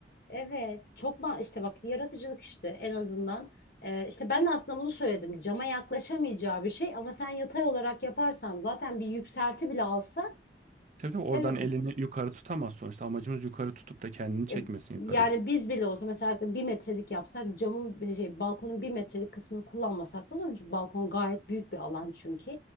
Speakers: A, on the left; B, on the right.
A: Evet, çok ma işte bak yaratıcılık işte en azından. Ee, işte ben de aslında bunu söyledim. Cama yaklaşamayacağı bir şey ama sen yatay olarak yaparsan zaten bir yükselti bile alsa
B: Tabii tabii oradan
A: evet,
B: elini yukarı tutamaz sonuçta. Amacımız yukarı tutup da kendini çekmesin
A: E,
B: yukarıya.
A: yani biz bile olsa mesela bir metrelik yapsak camın bir şey balkonun bir metrelik kısmını kullanmasak da olur. Çünkü balkon gayet büyük bir alan çünkü.